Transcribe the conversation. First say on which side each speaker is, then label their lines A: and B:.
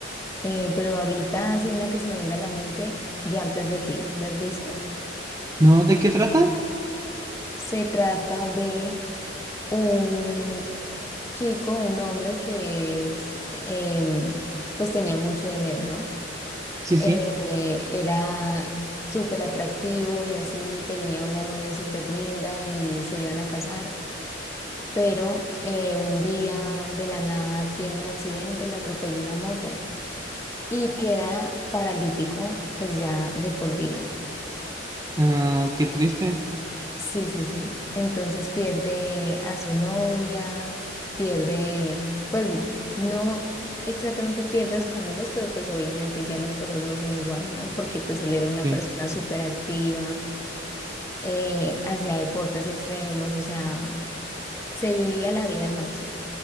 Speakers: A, on the left; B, on the right.
A: Eh, pero ahorita así una que se me venga a la mente, Yo antes de ti, ¿la has visto?
B: ¿No? ¿De qué trata?
A: Se trata de un chico, un hombre que es, em, pues tenía mucho dinero, ¿no?
B: Sí,
A: Eh,
B: sí.
A: era súper atractivo y así tenía una novia súper linda y se iban a casar, pero eh, un día de la nada tiene un accidente, lo atropella una moto y queda paralítico pues ya de por vida.
B: Ah, qué triste.
A: Sí, sí, sí. Entonces pierde a su novia, pierde, pues no exactamente pierde a sus amigos, pero pues obviamente ya las cosas no son igual, ¿no? Porque pues él era una
B: Sí.
A: persona súper activa eh, hacia deportes extremos, o sea, se vivía la vida al máximo.